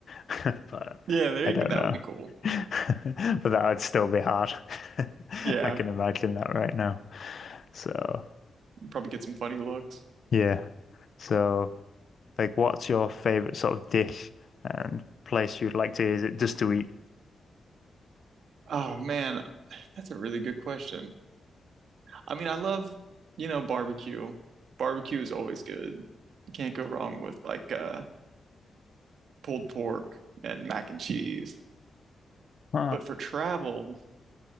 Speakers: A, on the left; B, on the right.
A: <laughs> but
B: Yeah, there
A: I
B: you
A: don't
B: go. That
A: know.
B: would be cool.
A: <laughs> But that would still be hard. <laughs>
B: Yeah.
A: I can imagine that right now. So
B: probably get some funny looks.
A: yeah, so. Like, what's your favorite sort of dish and place you'd like to visit just to eat?
B: Oh man, that's a really good question. I mean, I love, you know, barbecue. Barbecue is always good. You can't go wrong with like uh pulled pork and mac and cheese.
A: Huh.
B: But for travel,